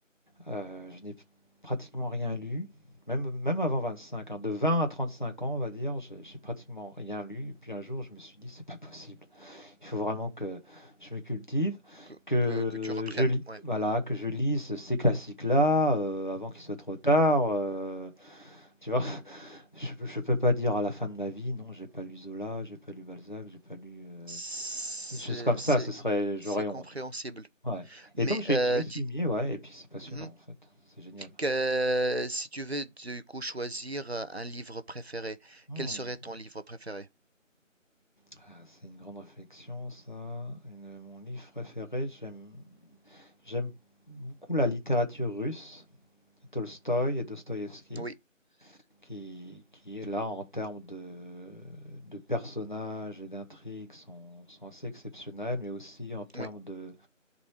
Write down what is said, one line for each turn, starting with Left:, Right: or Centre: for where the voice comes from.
Left: Euh, je n'ai pratiquement rien lu, même, même avant 25, hein, de 20 à 35 ans, on va dire, j'ai j'ai pratiquement rien lu. Et puis un jour, je me suis dit, c'est pas possible. Il faut vraiment que je me cultive,
Right: que,
Left: que
Right: que, que tu reprennes.
Left: je lis,
Right: Ouais.
Left: voilà, que je lise ces classiques-là euh, avant qu'il soit trop tard. euh, tu vois, <laughs> je, je peux pas dire à la fin de ma vie, non, j'ai pas lu Zola, j'ai pas lu Balzac, j'ai pas lu euh,
Right: C'est,
Left: des choses comme ça.
Right: c'est,
Left: Ce serait, j'aurais
Right: c'est compréhensible.
Left: honte. Ouais.
Right: Mais
Left: Et donc j'ai-
Right: euh,
Left: je m'y suis
Right: dis-
Left: mis, ouais. Et puis c'est passionnant
Right: mhm,
Left: en fait. C'est génial.
Right: que, si tu veux du coup choisir euh, un livre préféré,
Left: Hmm.
Right: quel serait ton livre préféré?
Left: Ah, c'est une grande réflexion, ça. Une- mon livre préféré, j'aime, j'aime beaucoup la littérature russe, Tolstoï et Dostoïevski.
Right: Oui,
Left: qui, qui est là en termes de, de personnages et d'intrigues sont, sont assez exceptionnels, mais aussi en termes
Right: oui.
Left: de,